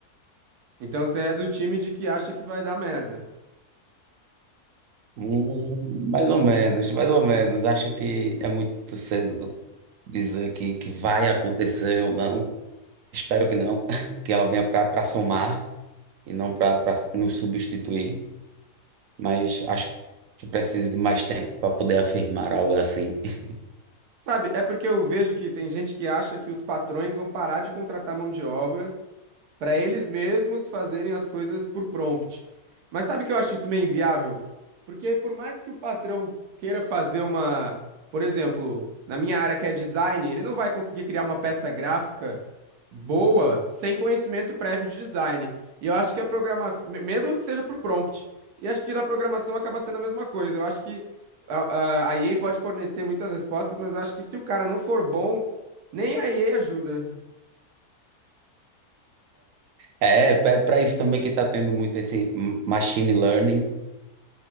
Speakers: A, on the right (about 80°); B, on the right (about 65°).
A: Então você é do time de que acha que vai dar merda.
B: Hum, mais ou menos, mais ou menos. Acho que é muito cedo dizer que, que vai acontecer ou não. Espero que não, <laughs> que ela venha para somar e não para nos substituir. Mas acho que precisa de mais tempo para poder afirmar algo assim. <laughs>
A: Sabe, é porque eu vejo que tem gente que acha que os patrões vão parar de contratar mão de obra para eles mesmos fazerem as coisas por prompt. Mas sabe que eu acho isso meio inviável? Porque por mais que o patrão queira fazer uma, por exemplo, na minha área que é design, ele não vai conseguir criar uma peça gráfica boa sem conhecimento prévio de design. E eu acho que a programação, me- mesmo que seja por prompt, e acho que na programação acaba sendo a mesma coisa. Eu acho que a, a, a EA pode fornecer muitas respostas, mas eu acho que se o cara não for bom, nem a EA ajuda.
B: É, é, para isso também que está tendo muito esse m- machine learning.